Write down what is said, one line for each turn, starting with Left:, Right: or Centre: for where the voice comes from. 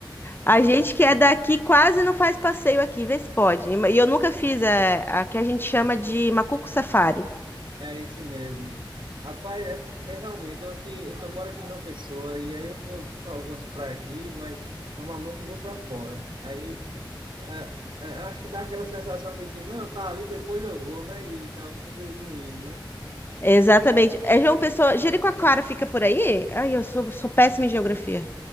Left: A gente que é daqui quase não faz passeio aqui, vê se pode. E eu nunca fiz é, a, que a gente chama de Macuco Safari.
Right: É esse mesmo. Rapaz, é, é realmente eu que eu tô- moro aqui em João Pessoa e aí eu vou para algumas praias aqui, mas normalmente eu vou para fora. Aí ah, é, acho que dá aquela sensação de que não, tá ali, depois eu vou, né? E tá o fim de não indo, né?
Left: Exatamente. É João Pessoa. Jericoacoara fica por aí? Ai, eu sou, sou péssima em geografia.